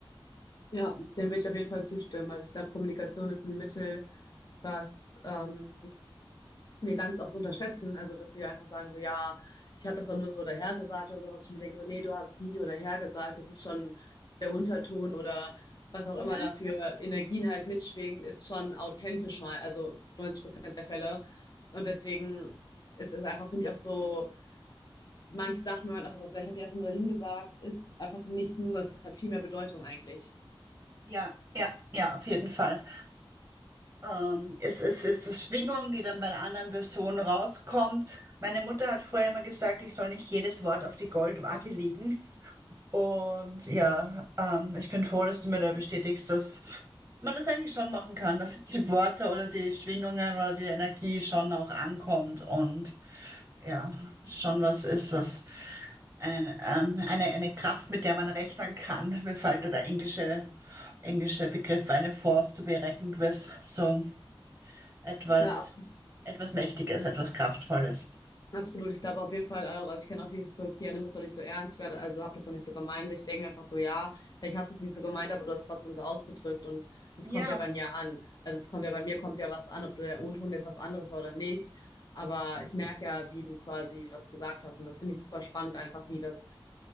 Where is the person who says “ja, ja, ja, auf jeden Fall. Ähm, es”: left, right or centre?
Right